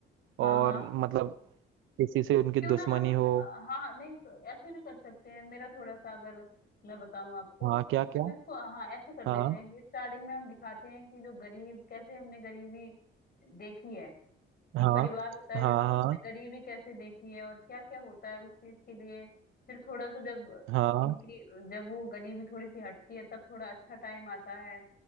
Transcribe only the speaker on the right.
और
मतलब किसी से उनकी
दुश्मनी
हो
हाँ
क्या क्या
हाँ
हाँ
हाँ
हाँ
हाँ